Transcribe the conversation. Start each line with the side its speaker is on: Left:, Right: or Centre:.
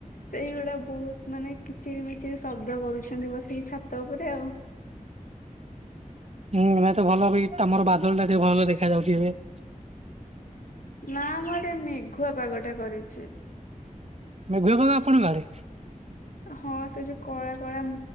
Left: ସେଇଗୁଡା ବହୁତ ମାନେ କିଚରି ମିଚିରି ଶବ୍ଦ କରୁଛନ୍ତି ବସିକ ଛାତ ଉପରେ ଆଉ।
Right: ହୁଁ ଏବେ ତ ଭଲ ତମର ବାଦଲ ଟା ଟିକେ ଭଲ ଦେଖାଯାଉଛି ଏବେ।
Left: ନା ଆମ ଆଡେ ମେଘୁଆ ପାଗ ଟା କରିଛି।
Right: ମେଘୁଆ ପାଗ ଆପଣ ଆଡେ?
Left: ହଁ ସେ ଯୋଉ କଳା କଳା